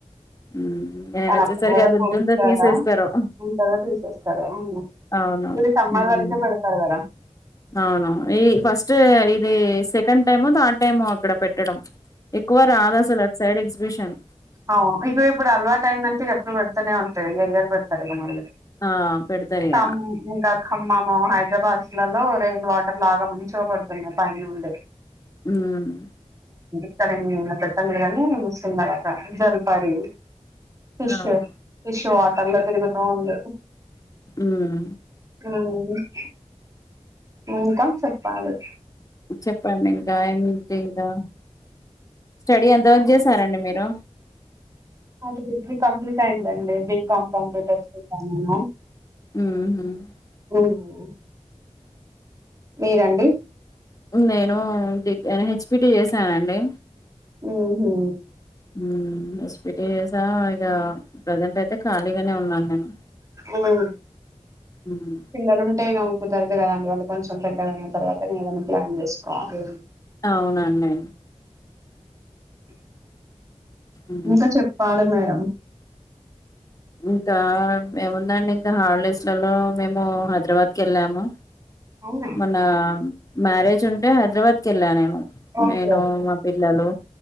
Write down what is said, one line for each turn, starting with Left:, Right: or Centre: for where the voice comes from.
Left: ఉమ్ నేను
Right: తనంత
Left: వచ్చేసరికి
Right: వోరక్
Left: అది ఉంటుందో
Right: వుంటాడా
Left: తీసేస్తారో
Right: ఉంటరో తీసేస్తారో అవును
Left: అవును
Right: ఇది సమ్మరు
Left: మ్మ్
Right: వరకే పెడతారు గదా
Left: అవును ఈ ఫస్ట్ ఇది సెకండ్ టైమో థర్డ్ టైమో అక్కడ పెట్టడం ఎక్కువ రాదసలు అట్ సైడ్ ఎగ్జిబిషన్
Right: ఆవ్ను ఇక ఇప్పుడు అల్వాటైందంటే ఇగ ఎప్పుడు పెడ్తానే ఉంటాది ఈ ఇయర్ పెడ్తారిగా మళ్ళీ
Left: ఆ పెడతారు ఇగ
Right: కమ్ ఇంకా ఖమ్మము హైడ్ ఇగ బస్లలో రెయిన్ వాటర్ లాగా మంచిగా పడ్తుంది పైనుండి
Left: మ్మ్
Right: ఇక్కడ ఇంగ పెట్టల్ల గాని మస్తుండగా క జల్పాారి ఫిష్సు
Left: అవును
Right: ఫిష్ వాట్ కళ్ళు తిరుగుతోంది
Left: మ్మ్
Right: హుమ్ ఇంకా చెప్పాలే
Left: చెప్పండి ఇంకా ఏమిటింకా స్టడీ ఎంత వరకు చేసారండి మీరు
Right: అ ది డిగ్రీ కంప్లీట్ అయిందండి డి come come touch me come అనా
Left: మ్మ్
Right: ఉమ్ మీరండి
Left: నేను ఎన్ హెచ్పిటి చేసానండి
Right: ఉమ్ హూ
Left: ఉమ్ ఎస్పిటి జేసా ఇగా ప్రెజెంట్ అయితే ఖాళీగానే ఉన్నాను నేను
Right: ఉం
Left: ఉమ్
Right: పిల్లలు ఉంటాయి క కుదరదు గదా అండి వాళ్ళు కొంచెం పెద్దగా అయిన తర్వాత నే ఏదైనా ప్లాన్ జేసుకోవాలి
Left: అవునండి
Right: <inaudible>
Left: మ్మ్
Right: ఇంకా చెప్పాలే మేడం <inaudible>
Left: ఇంకా ఏముందండి ఇంకా హాలిడేస్లలో మేము హైదరాబాద్ కి వెళ్ళాము
Right: అవునా
Left: మొన్న మ్యారేజ్ ఉంటే హైదరాబాద్ కి వెళ్ళా నేను
Right: ఓకే
Left: నేను
Right: ఓకే
Left: మా పిల్లలు